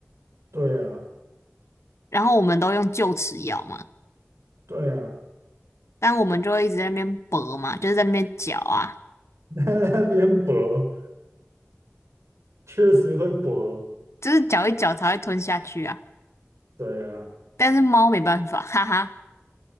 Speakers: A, on the right; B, on the left.
A: 对啊，
B: 然后我们都用臼齿咬嘛，
A: 对啊，
B: 但我们就会一直在那边搏嘛，就是在那边嚼啊，
A: <laughs> 那那边薄，确实会薄。
B: 就是嚼一嚼才会吞下去啊。
A: 对啊，
B: 但是猫没办法，哈哈，